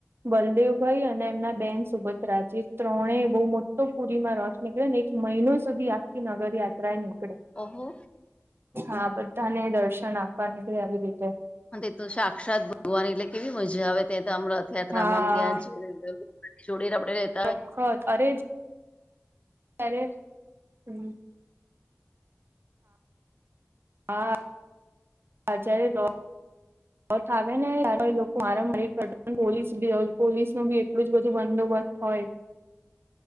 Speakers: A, on the right; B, on the left.
A: બલદેવભાઈ અને એમના બેન સુોબત રા ત્રણે બહુ મોટો પુરીમાં રસ નીકળે ને એક મહિનો સુધી આખી નગર યાત્રા નીકળે
B: ઓહો
A: હા બધાને દર્શન આપવા નીકળે આવી રીતે
B: તે તો સાક્ષાત ભગવાની એટલે કેવી મજા આવે ત્યાં તો આમ રથયાત્રામાં
A: હા
B: આમ ત્યાં જ આપડી જોડે રબર રેત
A: વખત અરે અરે હમ હાચ્યારે દો થ આવે નેાર લોકો મારા મારી કરતા પોલીસ બી પોલીસ ન બી એટલું જ બધું બંદોબસ્ત હોય